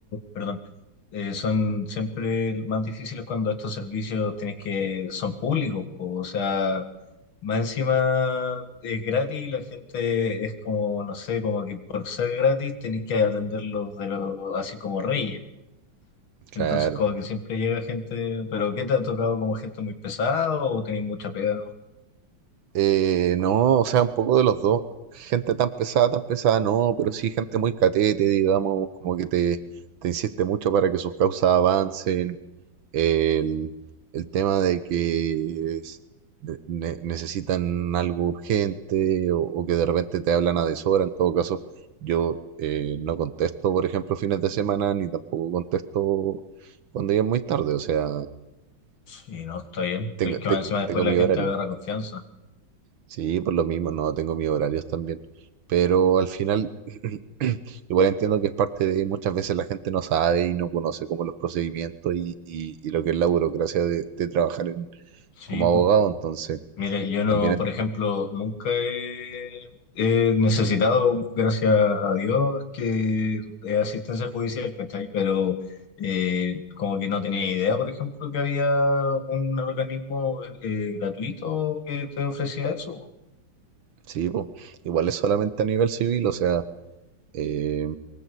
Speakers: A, on the left (about 85°); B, on the right (about 75°).
A: perdón, eh, son siempre más difíciles cuando estos servicios tienes que, son públicos, po. o sea, más encima es gratis y la gente es como, no sé, como que por ser gratis tenéis que atenderlos de lo así como reyes.
B: Claro.
A: Entonces, como que siempre llega gente, pero ¿qué te ha tocado como gente muy pesado o tenés mucha pega, no?
B: Eh, no, o sea, un poco de los dos. Gente tan pesada, tan pesada, no, pero sí gente muy catete, digamos, como que te, te insiste mucho para que sus causas avancen. El, el tema de que es- de- ne- necesitan algo urgente o, o que de repente te hablan a deshora. En todo caso, yo eh, no contesto, por ejemplo, fines de semana, ni tampoco contesto cuando ya es muy tarde. O sea,
A: Sí, no, está bien.
B: tengo,
A: Es que
B: te-
A: más encima después
B: tengo mi
A: la gente
B: horario.
A: agarra confianza.
B: Sí, por lo mismo, no tengo mis horarios también. Pero al final, <clears throat> igual entiendo que es parte de muchas veces la gente no sabe y no conoce como los procedimientos y, y- y lo que es la burocracia de, de trabajar en,
A: Sí,
B: como
A: pu.
B: abogado. Entonces,
A: mire, yo no,
B: también, en-
A: por ejemplo, nunca he, he necesitado, gracias a Dios, que eh, asistencia judicial, ¿cachai? Pero eh, como que no tenía idea, por ejemplo, que había un organismo eh, gratuito que te ofrecía eso.
B: sí, po, igual es solamente a nivel civil. O sea, eh,